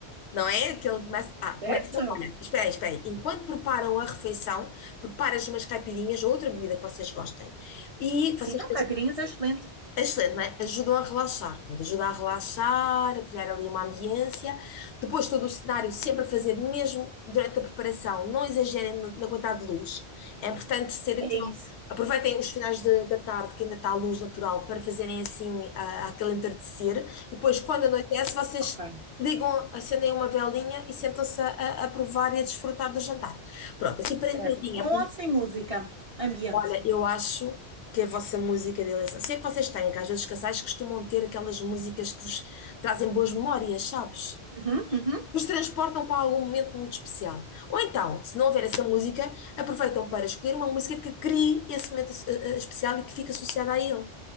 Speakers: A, on the left; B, on the right.
A: não é? Aquele começa, ah,
B: certo?
A: começa, olha, espera aí, espera aí. Enquanto preparam a refeição, preparas umas caipirinhas ou outra bebida que vocês gostem. E vocês
B: Sim, não, caipirinhas é excelente.
A: é Excelente, não é? Ajudam a relaxar, portanto, ajuda a relaxar, a criar ali uma ambiência. Depois, todo o cenário, sempre a fazer, mesmo durante a preparação, não exagerem no- na quantidade de luz. É importante ser aquilo.
B: É isso.
A: Aproveitem os finais de- da tarde, que ainda está a luz natural, para fazerem assim a- aquele entardecer. E depois, quando anoitece, vocês
B: Ok,
A: ligam, acendem uma velinha e sentam-se a, a- a provar e a desfrutar do jantar. Pronto, assim para
B: certo.
A: entradinha,
B: Com ou sem música? Ambiente.
A: Olha, eu acho que a vossa música de eleição, se é que vocês têm, que às vezes os casais costumam ter aquelas músicas que vos trazem boas memórias, sabes?
B: Uhum, uhum.
A: Vos transportam para algum momento muito especial. Ou então, se não houver essa música, aproveitam para escolher uma música que crie esse momento eh, eh, especial e que fique associada a ele.